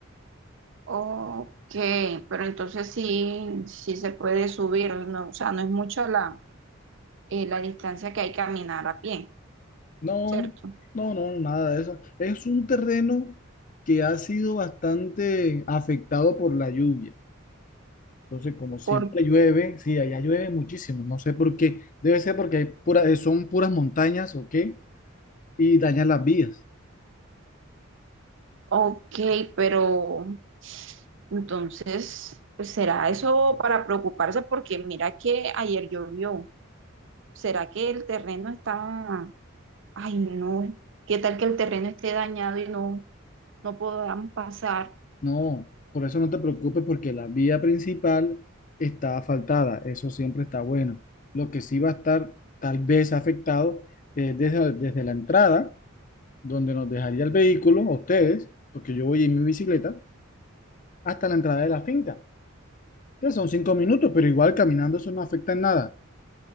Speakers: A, on the right (about 60°); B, on the left (about 40°).
A: o qué, pero entonces sí, sí se puede subir, no, o sea, no es mucho la, eh, la distancia que hay que caminar a pie,
B: No,
A: ¿cierto?
B: no, no, nada de eso. Es un terreno que ha sido bastante afectado por la lluvia. Entonces, como siempre
A: Porque,
B: llueve, sí, allá llueve muchísimo. No sé por qué. Debe ser porque hay pura- eh, son puras montañas o qué, y dañan las vías.
A: ok, pero entonces, pues, ¿será eso para preocuparse? Porque mira que ayer llovió. ¿Será que el terreno está, ay no, qué tal que el terreno esté dañado y no, no podamos pasar?
B: No, por eso no te preocupes porque la vía principal está asfaltada. Eso siempre está bueno. Lo que sí va a estar tal vez afectado es desde, desde la entrada, donde nos dejaría el vehículo, a ustedes porque yo voy en mi bicicleta, hasta la entrada de la finca, que son cinco minutos, pero igual caminando eso no afecta en nada.